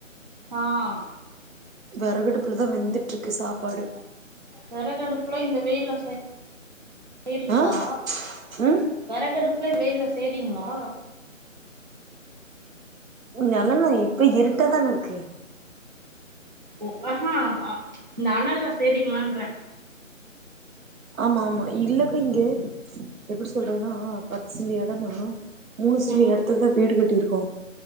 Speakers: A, on the right; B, on the right.
A: ஆஹ்
B: விறகடுப்புலதான் வெந்துட்டு இருக்கு சாப்பாடு
A: விறகு அடுப்புல இந்த வெயில்ல செய் செயிரிங்களா
B: ஆ ம்
A: விறகடுப் வெய்லா செயிரிங்களா
B: நிழலா இப்ப இருட்டா தானே இருக்கு
A: ஓ <unintelligible> ஆஹா இந்த அனல்லேசெயிரிங்களான் <unintelligible>
B: ஆமா ஆமா இல்லக்கா இங்க எப்படி சொல்றதுன்னா பத்துசென்ட் இடன்னா மூணு சென்ட்டு
A: ம்
B: இடத்துலா தான் வீடு கட்டிருக்கு